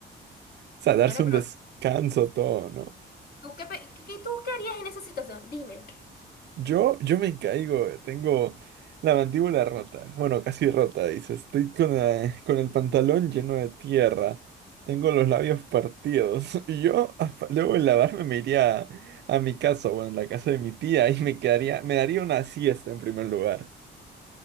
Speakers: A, on the right; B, on the left.
A: O sea, darse
B: Bueno, pero
A: un descanso, todo, ¿no?
B: ¿tú qué, pe- qué, qué- tú qué harías en esa situación? Dímelo.
A: Yo, yo me caigo, eh, tengo la mandíbula rota, bueno, casi rota, dice, estoy con, la- con el pantalón lleno de tierra, tengo los labios partidos, <laughs> y yo a- luego de lavarme me iría a, mi casa, bueno, en la casa de mi tía, y me quedaría, me daría una siesta en primer lugar,